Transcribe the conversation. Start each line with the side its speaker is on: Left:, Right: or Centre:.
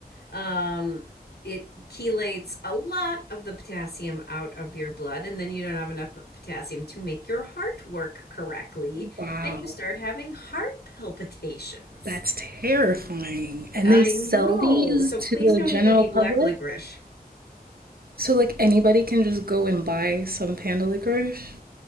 Left: um, it chelates a lot of the potassium out of your blood, and then you don't have enough potassium to make your heart work correctly,
Right: wow.
Left: and you start having heart palpitations.
Right: That's terrifying. And
Left: I
Right: they sell
Left: know.
Right: these
Left: So
Right: to
Left: please
Right: the
Left: don't
Right: general
Left: eat any
Right: public?
Left: black licorice.
Right: So, like, anybody can just go and buy some panda licorice?